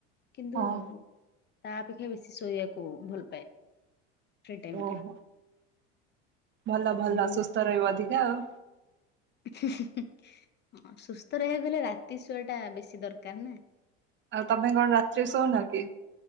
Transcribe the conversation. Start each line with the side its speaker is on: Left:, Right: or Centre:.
Left: କିନ୍ତୁ
Right: ହଁ।
Left: ତା ଅପେକ୍ଷା ବେଶୀ ଶୋଇବାକୁ ଭଲପାଏ ଫ୍ରି ଟାଇମଟା।
Right: ଓହୋ। ଭଲ ଭଲ
Left: ହୁଁ।
Right: ସୁସ୍ଥ ରହିବ ଅଧିକା ଆଉ
Left: ହିଁ ହିଁ ହୁଁ ହୁଁ ସୁସ୍ଥ ରହିବାକୁ ହେଲେ ରାତି ଶୁଆଟା ବେଶୀ ଦରକାରନା
Right: ଆଉ ତମେ କଣ ରାତିରେ ଶୋଉନକି?